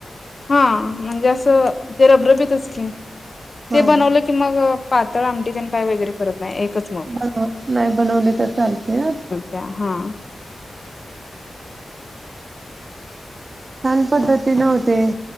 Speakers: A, on the left; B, on the right.
A: हा म्हणजे असं ते रबरबीेतच की,
B: हा
A: ते बनवलं
B: हा.
A: की मग पातळ आमटी तेन काय वगैरे करत नाही एकच. मग
B: बन, नाही बनवली तर चालतया.
A: त्या हा.
B: छान पद्धतीन होतय,